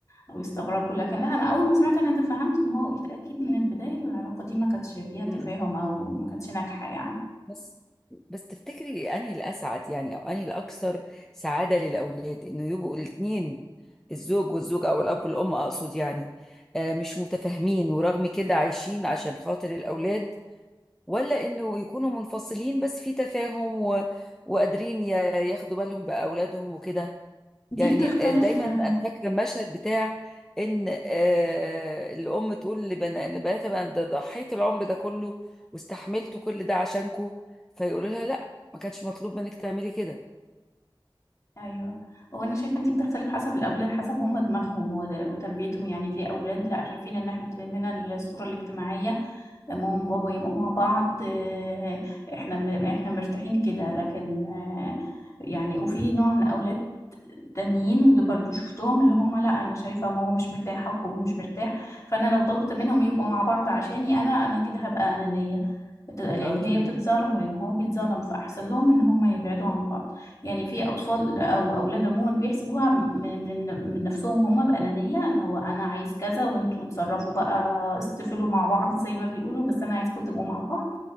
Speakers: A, on the left (about 40°); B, in the centre.
A: او يستغربوا لكن لا انا اول ما سمعت انا تفهمت ان هو قلت اكيد من البداية العلاقة دي ما كانتش فيها
B: مم.
A: تفاهم او ما كانتش ناجحة يعني
B: بس بس تفتكري انهي الاسعد يعني او انهي الاكثر سعاده للاولاد انه يبقوا الاثنين الزوج والزوجه او الاب والام اقصد يعني آه، مش متفاهمين ورغم كده عايشين عشان خاطر الاولاد ولا انه يكونوا منفصلين بس في تفاهم و... وقادرين ي- ياخدوا بالهم باولادهم وكده
A: دي
B: يعني
A: بتختلف
B: آه، دايما
A: آه،
B: انا فاكره المشهد بتاع ان آه، الام تقول لبنا- لبناتها بقى ده ضحيت العمر ده كله واستحملت كل ده عشانكو فيقولوا لها لا ما كانش مطلوب منك تعملي كده
A: ايوه هو انا شايفه ان دي بتختلف حسب الاولاد حسب هم دماغهم ود- وتربيتهم يعني في اولاد لا شايفين ان احنا طالعين الصوره الاجتماعيه ماما وبابا يبقوا مع بعض آه، احنا م- احنا مرتاحين كده لكن آه، يعني وفي نوع من الاولاد تانيين وده برضو شفتهم اللي هم لا انا شايفه ماما مش مرتاحه وبابا مش مرتاح فانا لو طلبت منهم يبقوا مع بعض عشاني انا انا كده هبقى انانيه بت- لان
B: اه
A: هي
B: تمام
A: بتتظلم ولان هو بيتظلم فاحسن لهم ان هم يبعدوا عن بعض يعني في اطفال او اولاد عموما بيحسبوها م- من من نفسهم هم بانانيه اللي هو انا عايز كذا وانتوا اتصرفوا بقى استفلوا مع بعض زي ما بيقولوا بس انا عايزكم تبقوا مع بعض